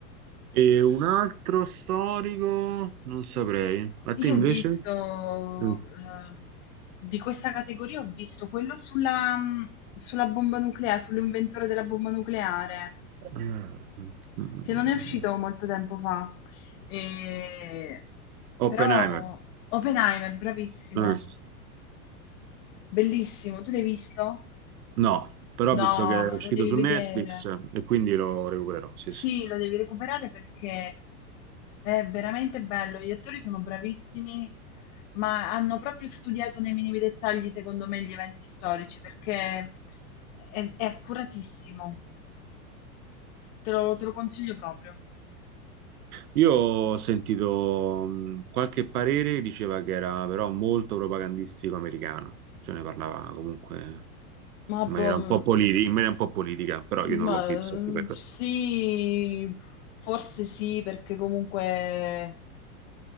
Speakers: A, on the right; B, on the left.
A: E un altro storico, non saprei. A te
B: Io
A: invece?
B: ho visto, uhm,
A: Mm.
B: di questa categoria ho visto quello sulla mhmm, sulla bomba nuclea sull'inventore della bomba nucleare
A: Ah, mm, mm.
B: che non è uscito molto tempo fa. Ehm,
A: Oppenheimer.
B: però Oppenheimer, bravissimo,
A: Mm.
B: bellissimo. Tu l'hai visto?
A: No, però
B: No,
A: ho visto
B: No,
A: che è uscito
B: no. lo devi
A: su
B: vedere.
A: Netflix eh, e quindi lo recupererò, sì,
B: Sì,
A: sì.
B: lo devi recuperare perché è veramente bello. Gli attori sono bravissimi, ma hanno proprio studiato nei minimi dettagli, secondo me, gli eventi storici perché è, è accuratissimo. Te lo, te lo consiglio proprio.
A: Io ho sentito mh, qualche parere, diceva che era però molto propagandistico americano, cioè ne parlava comunque
B: Ma,
A: in maniera
B: boh,
A: un
B: m-
A: po' politi- in maniera un po' politica, però io non
B: ma,
A: l'ho visto. ti prego.
B: eh, sì, forse sì, perché comunque